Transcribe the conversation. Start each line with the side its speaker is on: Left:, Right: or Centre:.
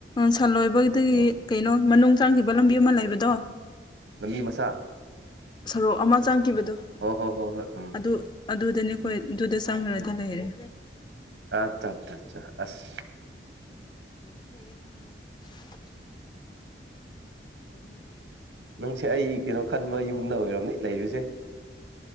Left: ꯁꯟ ꯂꯣꯏꯕꯗꯒꯤ
Right: ꯎꯝ
Left: ꯀꯩꯅꯣ ꯃꯅꯨꯡ ꯆꯪꯈꯤꯕ ꯂꯝꯕꯤ ꯑꯃ ꯂꯩꯕꯗꯣ
Right: ꯂꯝꯕꯤ ꯃꯆꯥ
Left: ꯁꯣꯔꯣꯛ ꯑꯃ ꯆꯪꯈꯤꯕꯗꯣ
Right: ꯍꯣ ꯍꯣ ꯍꯣ ꯍꯣꯏ ꯎꯝ
Left: ꯑꯗꯨ ꯑꯗꯨꯗꯅꯦ ꯈꯣꯏ ꯑꯗꯨꯗ ꯆꯪꯈ꯭ꯔꯗꯤ ꯂꯩꯔꯦ
Right: ꯑꯠꯆꯥ ꯑꯠꯆꯥ ꯑꯠꯆꯥ ꯑꯁ
Left: ꯄꯣꯁ ꯍꯗ <inaudible> ꯌꯥꯝ ꯀꯦ <inaudible>
Right: ꯅꯪꯁꯦ ꯑꯩ ꯀꯩꯅꯣ ꯈꯟꯕ ꯌꯨꯝꯗ ꯑꯣꯏꯔꯝꯅꯤ ꯂꯩꯕꯁꯦ